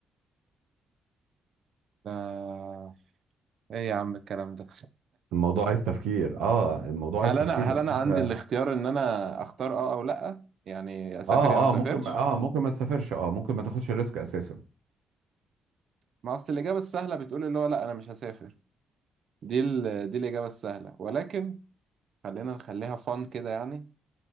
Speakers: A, on the right; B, on the right.
A: لا إيه يا عم الكلام ده
B: الموضوع عايز تفكير اه الموضوع
A: <laughs> هل
B: عايز تفكير
A: أنا هل
B: لأن
A: أنا
B: انت
A: عندي الاختيار إن أنا أختار أه أو لأ يعني أسافر
B: اه
A: يا ما أسافرش
B: اه ممكن ما... اه ممكن ما تسافرش اه ممكن ما تاخدش الريسك اساسا
A: ما أصل الإجابة السهلة بتقول اللي هو لأ أنا مش هسافر دي ال... دي الإجابة السهلة ولكن خلينا نخليها فن كده يعني